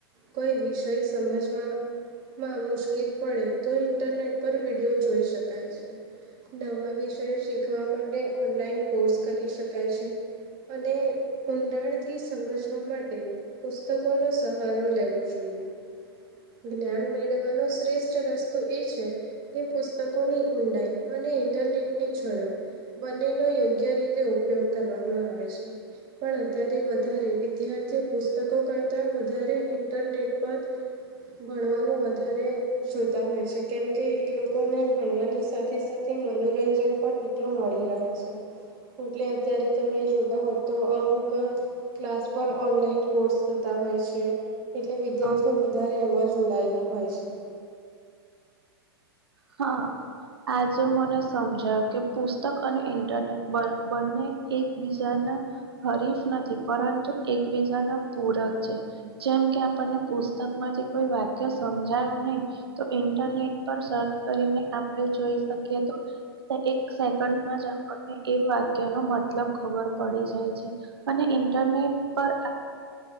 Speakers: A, on the right; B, on the right.
A: કોઈ વિષય સમજમાં માં મુશ્કેલ પડે, તો ઇન્ટરનેટ પર વિડીયો જોઈ શ કાય છે. નવા વિષય શીખવા માટે ઓનલાઈન કોર્સ કરી શકાય છે. અને, ઊંડાણથી સમજવા માટે પુસ્તકોનો સહારો લેવો જોઈએ. જ્ઞાન મેળવાનો શ્રેષ્ઠ રસ્તો એ છે, કે પુસ્ત કોની ઊંડાઈ અને ઇન્ટરનેટની ઝડપ બંનેનો યોગ્ય રીતે ઉપયોગ કરવામાં આવે છે. પણ અત્યારે, વધારે વિદ્યાર્થીઓ પુસ્તકો કરતા વધારે ઇન્ટરનેટ પર ભણવાનું વધારે જોતા હોય છે, કેમકે એ લોકોને ભણવાની સાથે સાથે મનોરંજન પણ એટલું મળી રહે છે. એટલે અત્યારે તમે જોતા હો તો, અમુક ક્લાસ પર ઓનલાઈન કોર્સ થતા હોય છે, એટલે વિદ્યાર્થીઓ
B: હ
A: વધારે એમાં જોડાયેલા હોય છે.
B: હા, આજે મને સમજાયું, કે પુસ્તક અને ઇન્ટરનેટ બ બંને એકબીજાના હરીફ નથી, પરંતુ એકબીજા ના પૂરક છે. જેમ કે, આપણને પુસ્તકમાંથી કોઈ વાક્ય સમજાયું નહીં, તો ઇન્ટરનેટ પર સર્ચ કરીને આપડે જોઈ શકીએ તો કે એક સેકન્ડમાં જ આપણને એ વાક્યનો મતલબ ખબર પડી જાય છે. અને ઇન્ટરનેટ પર